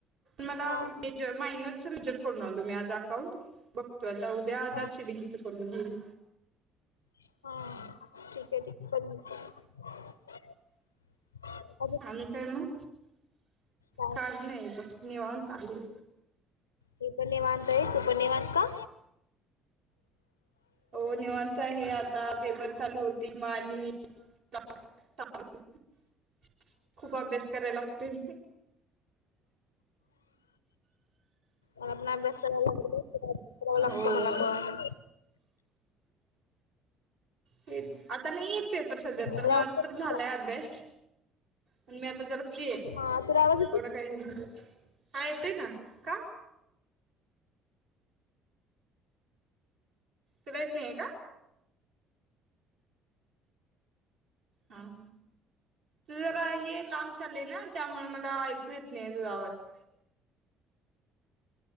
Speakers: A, on the right (about 60°); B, on the left (about 80°).
A: मला
B: हां
A: एक मायनरच बजेट करून आलो मी आज अकाउंट बघतो आता उद्या आधार
B: हां
A: सीडिंग करून घेईन.
B: हां ठीक आहे ठीक पण
A: आणि काय मग!
B: काय
A: काही नाही बघ निवांत आहे.
B: मी पण निवांत आहे! तू पण निवांत का?
A: हो निवांत आहे आता पेपर चालू होतील मग आणि <unintelligible> <unintelligible> खूप अभ्यास कराय लागतोय.
B: वरन अभ्यास <unintelligible> कराव लागतं
A: हो
B: मला पण.
A: तेच आता नाही आहेत पेपर सध्या तर
B: तुला
A: माझा
B: आवाज येतो
A: तर झालाय
B: का?
A: अभ्यास. पण मी आता जरा फ्री आहे
B: हा तुला आवाज येतो
A: एवढं काही हां येतोय ना. का तुला येत नाहीये का? हां. तुझं जरा हे लांब चाललंय ना त्यामुळे मला ऐकू येत नाहीये तुझा आवाज.